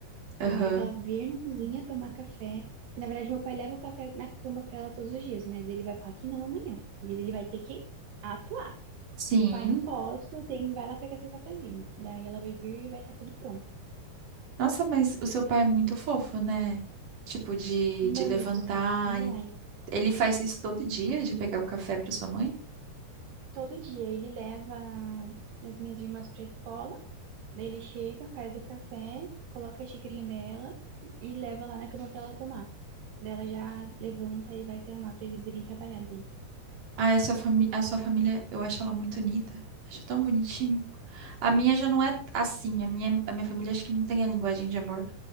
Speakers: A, on the right; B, on the right.
A: aham.
B: Então, na hora que ela vir na cozinha tomar café. Que na verdade meu pai leva o café na cama pra ela todos os dias, mas ele vai falar que não amanhã. E ele vai ter que atuar.
A: Sim.
B: Tipo, ai, não posso, tem, vai lá pegar seu cafezinho. Daí ela vai vir e vai estar tudo pronto.
A: Nossa, mas o seu pai é muito fofo, né? Tipo de
B: Muito,
A: de levantar
B: demais.
A: e ele faz isso todo dia de pegar o café para sua mãe?
B: Todo dia ele leva as minhas irmãs pra escola, daí ele chega, faz o café, coloca a xicrinha dela e leva lá na cama pra ela tomar. Daí ela já levanta e vai se arrumar pra eles irem trabalhar daí.
A: Ah, a sua fami... a sua família, eu acho ela muito unida. Acho tão bonitinho. A minha já não é assim. A minha, a minha família acho que não tem a linguagem de amor